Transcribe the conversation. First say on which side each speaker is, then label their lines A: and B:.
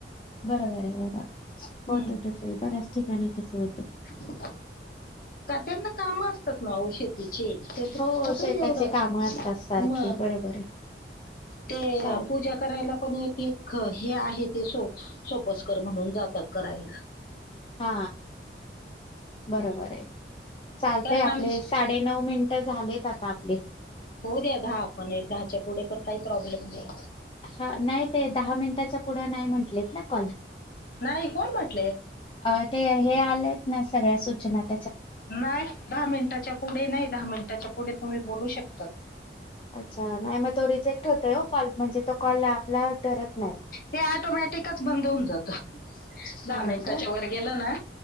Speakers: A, on the left (about 30°); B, on the left (about 55°).
A: बरोबर आहे बरोबर आहे
B: हम्म
A: होत तसही बऱ्याच ठिकाणी तस होत
B: <inaudible> का त्यांना काम असतात ना ओ शेत हिची कुठून
A: हो शेताची
B: एवढं
A: कामं असतात सारखी
B: म
A: बरोबर आहे
B: ते
A: चालते
B: पूजा करायला पण एक एक हे आहे ते स सोपस्कर म्हणून जातात करायला
A: हा बरोबर आहे चालतय
B: कारण
A: आपले
B: आमच
A: साडे नऊ मिनट झालेत आता आपले
B: होऊ द्या दहा पण दहाच्या पुढे पण काही प्रॉब्लेम नाही
A: हा नाही ते दहा मिनिटाच्या पुढे नाही म्हंटलेत ना कॉल
B: नाही कोण म्हटले
A: अ ते हे आलेत ना सगळ्या सूचनात
B: नाही दहा मिनिटाच्या पुढे नाही दहा मिनिटाच्या पुढे तुम्ही बोलू शकता
A: अच्छा नाही मग तो रिजेक्ट होतोय हो कॉल म्हणजे तो कॉल आपला धरत नाही
B: ते ओटोमॅटिकच बंद होऊन जात दहा
A: हा
B: मिनिटाच्या
A: का
B: वर गेलं ना